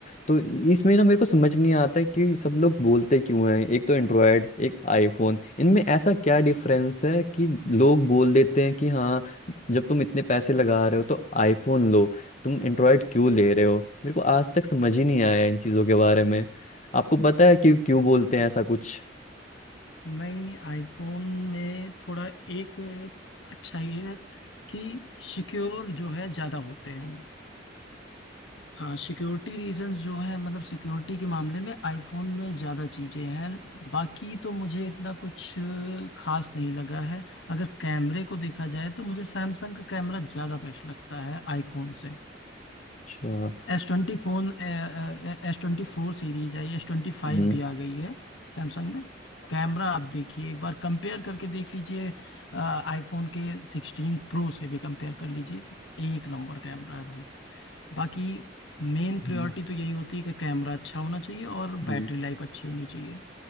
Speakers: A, on the left; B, on the left.
A: तो इसमें ना मेरे को समझ नहीं आता है कि सब लोग बोलते क्यों हैं एक तो एंड्रॉयड एक आईफोन इनमें ऐसा क्या डिफरेंस है कि लोग बोल देते हैं कि हाँ जब तुम इतने पैसे लगा रहे हो तो आईफोन लो तुम एंड्रॉयड क्यों ले रहे हो मेरे को आज तक समझ ही नहीं आया इन चीज़ों के बारे में आपको पता है कि क्यों बोलते हैं ऐसा कुछ
B: नहीं आईफोन में थोड़ा एक अच्छा ये है कि सिक्योर जो है ज़्यादा होते हैं वो हाँ सिक्योरिटी रीजंस जो है मतलब सिक्योरिटी के मामले में आईफोन में ज़्यादा चीज़ें हैं बाकी तो मुझे इतना कुछ खास नहीं लगा है अगर कैमरे को देखा जाए तो मुझे सैमसंग का कैमरा ज़्यादा बेस्ट लगता है आईफोन से
A: अच्छा
B: S twenty phone S twenty four series आई एस ट्वेंटी फाइव
A: हम्म
B: भी आ गई है सैमसंग में कैमरा आप देखिए एक बार कंपेयर करके देख लीजिए आईफोन के सिक्सटीन प्रो से भी कंपेयर कर लीजिए एक नंबर कैमरा है भाई बाकी मेन
A: हम्म,
B: प्रायोरिटी तो यही होती है कि कैमरा अच्छा होना चाहिए और
A: हम्म।
B: बैटरी लाइफ अच्छी होनी चाहिए